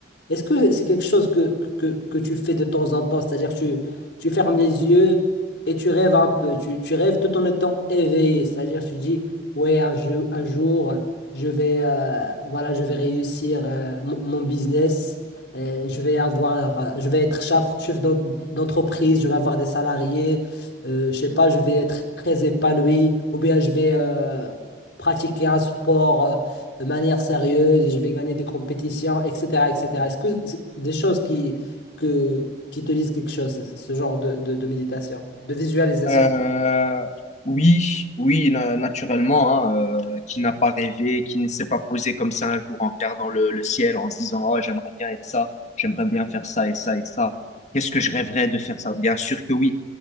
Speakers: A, on the left; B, on the left.
A: Est-ce que c'est quelque chose que, que, que tu fais de temps en temps? C'est-à-dire tu, tu fermes les yeux et tu rêves un peu. Tu, tu rêves tout en étant éveillé. C'est-à-dire tu dis, ouais, un, jou- un jour, je vais, euh, voilà, je vais réussir euh, mon, mon business. euh, je vais avoir, euh, je vais être chef, chef d'en- d'entreprise, je vais avoir des salariés, euh, je sais pas, je vais être très épanoui, ou bien je vais euh, pratiquer un sport euh, de manière sérieuse et je vais gagner des compétitions, etc., etc. Est-ce que c'est des choses qui, que, qui te disent quelque chose, ce genre de, de, de méditation, de visualisation?
B: Euh, oui, oui, na- naturellement, hein, euh, qui n'a pas rêvé, qui ne s'est pas posé comme ça un jour en regardant le, le ciel, en se disant, oh, j'aimerais bien être ça, j'aimerais bien faire ça et ça et ça. Qu'est-ce que je rêverais de faire ça? Bien sûr que oui.